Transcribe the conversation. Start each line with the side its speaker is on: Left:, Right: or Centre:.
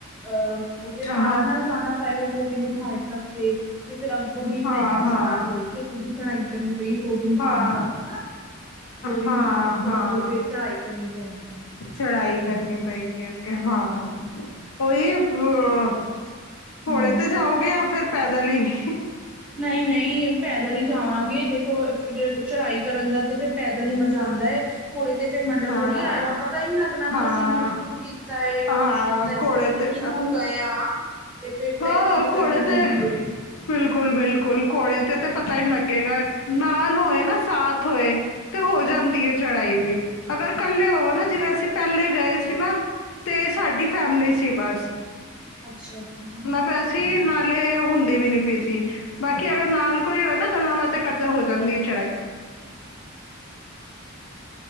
Centre: ਅਹ ਉਹ ਤੇ
Left: ਹਾਂ
Centre: ਕਾਰਾਂ ਨਾਲ ਜਾਣਾ ਪਏਗਾ ਗੋਬਿੰਦ ਘਾਟ ਤੱਕ। ਤੇ ਤੇ ਫੇਿਰ ਅੱਗੋਂ ਦੀ
Left: ਹਾਂ
Centre: ਟਰੈਕਿੰਗ ਸਟਾਰਟ
Left: ਹਾਂ
Centre: ਹੋਏਗੀ, ਅੱਗੋਂ ਦੀ ਚੜਾਈ ਕਰਨੀ ਪਈ ਗੋਵਿੰਦ ਧਾਮ
Left: ਹਾਂ
Centre: ਤੱਕ ਹਨਾ। ਵਿਧਾਮ
Left: ਹਾਂ
Centre: ਤੋਂ
Left: ਹਾਂ
Centre: ਅੱਗੇ ਫੇਰ ਚੜਾਈ ਕਰਨੀ ਪੈਣੀ ਹੈ।
Left: ਚੜਾਈ ਕਰਨੀ ਪਏਗੀ ਅੱਗੇ ਹਾਂ ਉਹੀ। ਹ ਘੋੜੇ
Centre: ਹਮ
Left: ਤੇ ਜਾਓਗੇ ਜਾਂ ਫਿਰ ਪੈਦਲ ਹੀ?
Centre: ਨਹੀਂ-ਨਹੀਂ ਪੈਦਲ ਹੀ ਜਾਵਾਂਗੇ। ਦੇਖੋ ਚੜਾਈ ਕਰਨ ਦਾ ਤੇ ਫਿਰ ਪੈਦਲ ਹੀ ਮਜ਼ਾ ਆਉਂਦਾ ਹੈ‌ ਘੋੜੇ ਤੇ ਫੇਰ ਮਰਜ਼ਾ
Left: ਹਾਂ
Centre: ਥੋੜੀ ਆਏਗਾ ਪਤਾ ਨੀ ਲੱਗਣਾ
Left: ਹਾਂ
Centre: ਕਿ ਅਸੀਂ ਮਤਲਬ ਕੁਛ ਕੀਤਾ, ਏ
Left: ਹਾਂ
Centre: ਕੁੱਛ ਕੀਤਾ
Left: ਘੋੜੇ
Centre: ਇੰਨੀ
Left: ਤੇ
Centre: ਦੂਰ ਗਏ ਹਾਂ ਤੇ ਫੇਰ ਟਰੈਕਿੰਗ
Left: ਹਾਂ
Centre: ਤੇ ਕਰਨੀ
Left: ਘੋੜੇ
Centre: ਬਣਦੀ
Left: ਤੇ
Centre: ਏ।
Left: ਬਿਲਕੁਲ- ਬਿਲਕੁਲ। ਘੋੜੇ ਤੇ ਤੇ ਪਤਾ ਈ ਨੀ ਲੱਗੇਗਾ, ਨਾਲ ਹੋਏ ਨਾ ਸਾਥ ਹੋਏ। ਤੇ ਹੋ ਜਾਂਦੀ ਏ ਚੜਾਈ ਵੀ ਅਗਰ ਇਕੱਲੇ ਹੋਵੋ ਨਾ ਜਿਵੇਂ ਅਸੀਂ ਪਹਿਲੇ ਗਏ ਸੀ ਨਾ ਤੇ ਸਾਡੀ ਫੈਮਲੀ ਸੀ ਬਸ।
Centre: ਅੱਛਾ ਜੀ
Left: ਵੈਸੇ ਨਾਲੇ ਹੁੰਦੀ ਵੀ ਨੀ ਪਈ ਸੀ ਬਾਕੀ ਅਗਰ ਨਾਲ ਕੋਈ ਹੋਏ ਨਾ ਗੱਲਾਂ ਬਾਤ ਕਰਦੇ ਹੋ ਜਾਂਦੀ ਐ ਚੜਾਈ